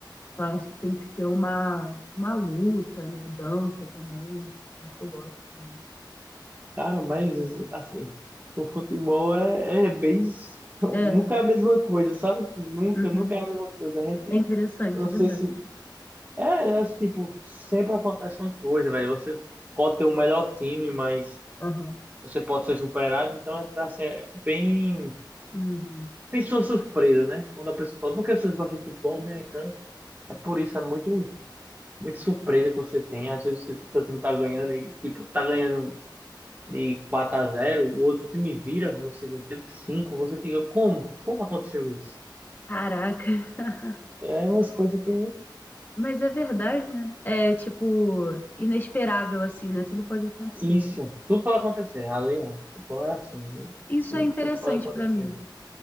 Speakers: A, on the left (about 25°); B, on the right (about 25°).
A: Então, acho que tem que ser uma uma luta, né? Dança também. Dança eu gosto também.
B: Cara, mas assim, o futebol é, é bem. Nunca
A: É, né?
B: é a mesma coisa, sabe? Nunca,
A: Uhum.
B: nunca é a mesma coisa. A gente,
A: É interessante,
B: não
A: é
B: sei
A: verdade.
B: se. É, é tipo, sempre acontece uma coisa, velho. Você pode ter o melhor time, mas.
A: Aham.
B: você pode ser superado, então é, assim, é bem.
A: Uhum.
B: Tem sua surpresa, né? Quando a pessoa fala, por que vocês gostam de futebol, né? e Tanto. É por isso, é muito, muito surpresa que você tem. Às vezes você, seu time tá ganhando e, tipo, tá ganhando de 4 a zero, o outro time vira no segundo tempo 5, você fica, como? Como aconteceu isso?
A: Caraca. <laughs>
B: É umas coisas que.
A: Mas é verdade, né? É tipo inesperável assim, né? Tudo pode acontecer.
B: Isso, tudo pode acontecer. Ali, é, futebol é assim,
A: Isso é interessante
B: tudo pode acontecer.
A: pra mim.